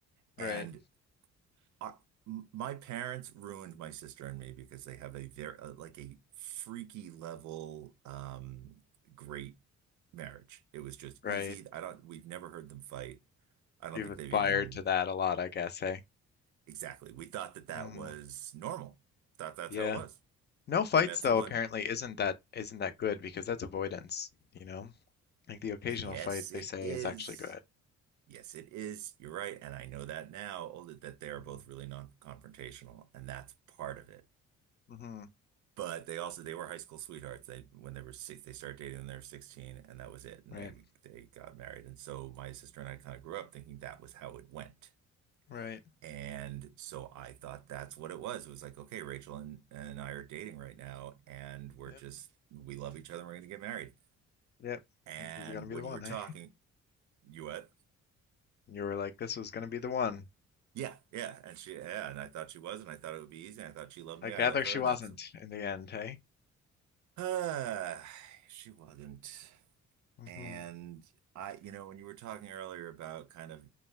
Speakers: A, on the left (about 35°); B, on the right (about 70°).
A: right,
B: And I, m- my parents ruined my sister and me because they have a very uh, like a freaky level um great marriage. It was just easy.
A: right.
B: I don't we've never heard them fight. I don't
A: You've
B: think
A: aspired
B: they've even
A: to that a lot, I guess, eh?
B: exactly. We thought that that
A: hmm
B: was normal. Thought that's
A: Yeah.
B: how it was.
A: No fights
B: You met
A: though,
B: someone.
A: apparently isn't that isn't that good because that's avoidance, you know? Like the occasional
B: Yes,
A: fight
B: it
A: they say
B: is.
A: is actually good.
B: Yes, it is. You're right. And I know that now, oh, that that they're
A: hmm
B: both really non-confrontational, and that's part of it.
A: hmm
B: But they also they were high school sweethearts. They when they were six, they started dating when they were 16, and that was it. And
A: Right,
B: they they got married. And so my sister and I kind of grew up thinking that was how it went.
A: right.
B: And so I thought that's what it was. It was like, okay, Rachel and, and I are dating right now, and we're
A: Yep,
B: just we love each other and we're gonna get married.
A: yep.
B: And
A: This is gonna be
B: when
A: the one,
B: you were talking,
A: eh?
B: you what?
A: And you were like, this was gonna be the one.
B: Yeah, yeah. And she yeah, and I thought she was, and I thought it would be easy, and I thought she loved
A: I
B: me,
A: gather
B: I love her,
A: she
B: and
A: wasn't
B: that's <sighs>
A: in the end, hey?
B: uh she wasn't.
A: hmm
B: And I, you know, when you were talking earlier about kind of